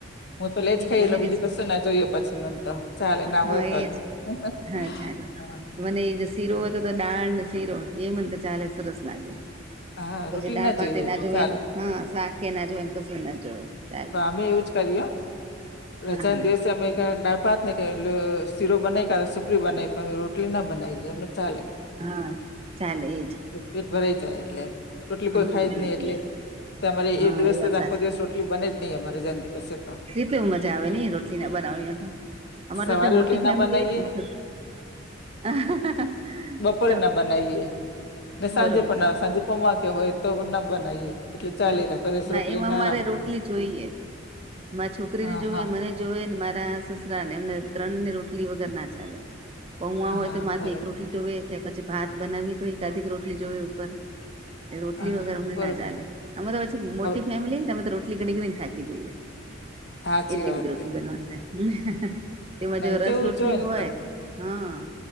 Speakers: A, on the left; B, on the right.
A: હુંત પેલા એજ ખઈ
B: મને
A: લઉં બીજું
B: બી છે.
A: કશું ના જોઈએ પછી મને તો. ચાલે ના
B: હા
A: હોય તોય.
B: એજ
A: હહહ
B: હા ચાલે
A: હ
B: મને ઇ જે શીરો હોય તો તો દાળ ને શીરો એય મન તો ચાલે. સરસ લાગે.
A: હા
B: પછી
A: રોટલી
B: દાળભાતે
A: જોઈએ
B: ના જોવે
A: ચાલે
B: ને હા શાકે ના જોવે ને કશું ના જોવે ચાલે.
A: અમેંય એવું જ કરીએ હો. રજાના
B: હા
A: દિવસે અમે ક‌એક દાળભાત ને કે લો શીરો બનાવી કાઢો સુખડી બનાવી પણ રોટલી ના બનાવીએ એમને ચાલે.
B: હા ચાલે એજ.
A: પેટ ભરાઈ જાય એટલે રોટલી
B: હા
A: કોઈ ખાય જ
B: એજ
A: નહિ એટલે
B: એજ
A: તમારે
B: હા
A: એ દિવસ
B: વાત
A: તો
B: સાચી
A: આખો દિવસ રોટલી બને જ નહીં અમારે રજાના દિવસે તો
B: ઈત કેવું મજા આવે ન‌ઈ? રોટલી ના બનાવાની હોય તો અમારે
A: સવારે
B: ત્યાં મોટી
A: રોટલી
B: ફેમિલી
A: ના બનાવીએ
B: થ અહાહહ
A: કોઈ ના બનાવીએ ને સાંજે
B: બરોબર
A: પણ ના સાંજે પૌઆ કે હોય તો પણ ના બનાવીએ એટલે ચાલી
B: હ
A: રાખો દસ
B: ના
A: રોટલી
B: એમ
A: ને
B: અમારે
A: આરામ
B: રોટલી જોઈએ. મારી છોકરીને
A: હા
B: જોવે,
A: હા
B: મને જોવે, ને મારા સસરાને, એમને ત્રણ ને રોટલી વગરના ચાલે પૌઆ
A: હા
B: હોય તો માથે
A: બરોબર
B: એક રોટલી જોવે કે પછી ભાત બનાવી તો એકાદીક રોટલી જોવે ઉપર રોટલી
A: હા
B: વગર
A: હા
B: અમને
A: બરોબર
B: ના ચાલે. અમે તો પછી મોટી
A: હવે
B: ફેમિલી ને અમે તો રોટલી કરી કરીને થાકી જઈએ.
A: સાચી
B: એટલી
A: વાત
B: બધી રોટલી બનાવાની થાય, હમ્મ એમાં
A: નહી
B: જો રસ
A: તેવું
B: રોટલી
A: જોય ને
B: હોય
A: તો
B: હા,